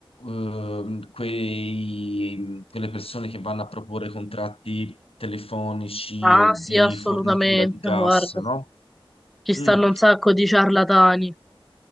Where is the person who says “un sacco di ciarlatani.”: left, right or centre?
Centre